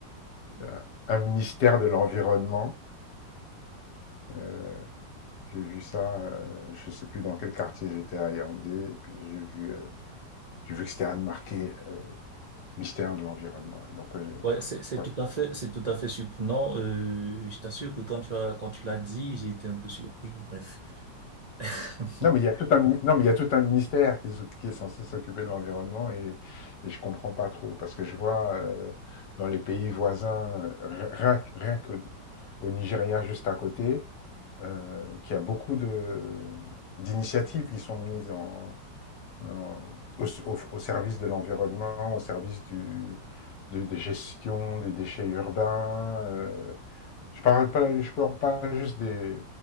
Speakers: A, on the right; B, on the left.
A: on-
B: <laughs> un- un ministère de l'environnement. Euh, j'ai vu ça, euh, je sais plus dans quel quartier j'étais à Yaoundé, et puis j'ai vu, euh, j'ai vu que c'était marqué euh, Mystère de l'environnement. Et Donc, euh,
A: ouais, c'est, c'est
B: quoi,
A: tout
B: je-
A: à fait, c'est tout à fait surprenant. Euh, je t'assure que quand tu as, quand tu l'as dit, j'ai été un peu surpris. Bref. <laughs>
B: Non, mais il y a tout un, mini- non, mais il y a tout un ministère qui, s'oc- qui est censé s'occuper de l'environnement et, et je comprends pas trop parce que je vois euh, dans les pays voisins, euh, rien, que- rien que au Nigeria juste à côté, euh, qu'il y a beaucoup de d'initiatives qui sont mises en, en- au, au- au service de l'environnement, au service du, de, des gestions des déchets urbains. euh, Je parle pas, je parle pas juste des,